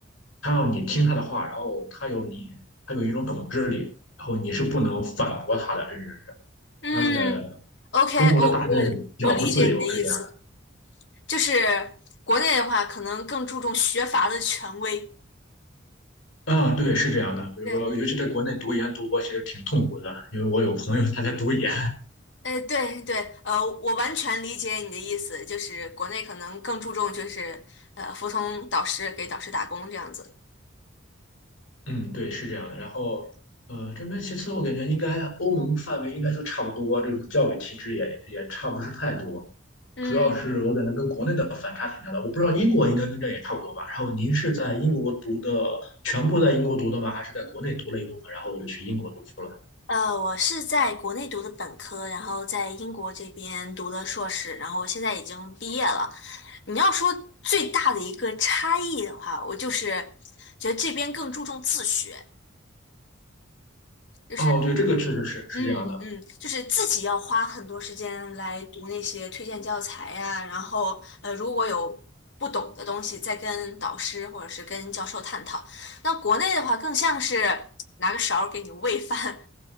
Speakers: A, on the left; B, on the left.
A: 他要你听他的话，然后他有你，他有一种统治力，然后你是不能反驳他的，甚至是，
B: 嗯，OK，
A: 而且中国的大学比较不自由，
B: 我我我理解你的意思，
A: 是这样的。
B: 就是国内的话，可能更注重学阀的权威。
A: 嗯，对，是这样的。比如说，
B: 对。
A: 尤其在国内读研读博其实挺痛苦的，因为我有朋友 <laughs> 他在读研。
B: 哎，对对，呃，我完全理解你的意思，就是国内可能更注重就是呃服从导师，给导师打工这样子。
A: 嗯，对，是这样的。然后，呃，这边其次我感觉应该欧盟范围应该都差不多，这种教育体制也也差不是太多。
B: 嗯，
A: 主要是我感觉跟国内的反差挺大的。我不知道英国应该跟这也差不多吧。然后您是在英国读的，全部在英国读的吗？还是在国内读了一部分，然后又去英国读书了？
B: 呃，我是在国内读的本科，然后在英国这边读的硕士，然后现在已经毕业了。你要说最大的一个差异的话，我就是觉得这边更注重自学。就是。
A: 哦，对，这个确实是是这样的。
B: 嗯嗯，就是自己要花很多时间来读那些推荐教材呀，然后呃，如果有不懂的东西，再跟导师或者是跟教授探讨。那国内的话，更像是拿个勺儿给你喂饭，